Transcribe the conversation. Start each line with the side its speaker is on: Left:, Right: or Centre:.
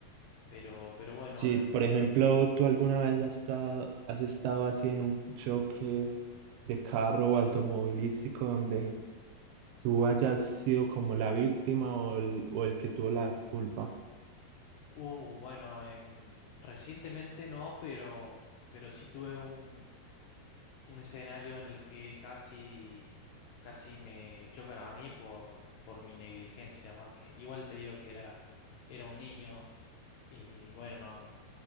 Left: pero, pero bueno,
Right: si
Left: eh,
Right: por ejemplo tú alguna vez has estado, has estado así en un choque de carro o automovilístico donde tú hayas sido como la víctima o el, o el que tuvo la culpa.
Left: uh, bueno, em, recientemente no, pero, pero sí tuve un, un escenario en el que casi, casi me chocan a mí por, por mi negligencia, más que, igual te digo que era, era un niño y, bueno, no,